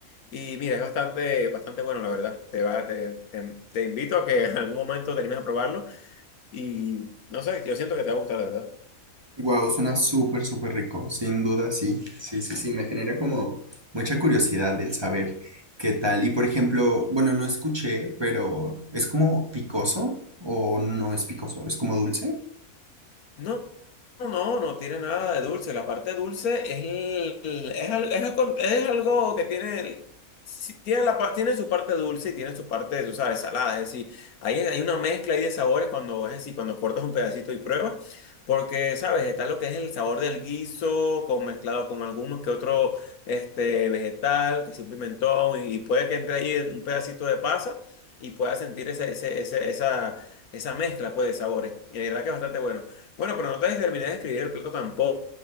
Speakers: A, on the left (about 80°); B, on the right (about 20°).
A: Y mira, es bastante, bastante bueno, la verdad. Te va, te, te, te invito a que <laughs> en algún momento te animes a probarlo. Y no sé, yo siento que te va a gustar, la verdad.
B: Wow, suena súper, súper rico. Sin duda, sí. Sí, sí, sí. Me genera como mucha curiosidad el saber qué tal. Y por ejemplo, bueno, no escuché, pero ¿es como picoso o no es picoso? ¿Es como dulce?
A: No, No, no tiene nada de dulce. La parte dulce es, el- el- es, al- es algo es algo que tiene, el- sí, tiene, la, pa- tiene su parte dulce y tiene su parte, tú sabes, salada. Es decir, hay, hay una mezcla ahí de sabores cuando, es decir, cuando cortas un pedacito y pruebas. Porque, sabes, está lo que es el sabor del guiso con, mezclado con alguno que otro este, vegetal, que sea un pimentón, y puede que entre ahí un pedacito de pasa y puedas sentir ese, ese, ese- esa, esa mezcla pues, de sabores. Y de verdad que es bastante bueno. Bueno, pero no te terminé de escribir el plato tampoco.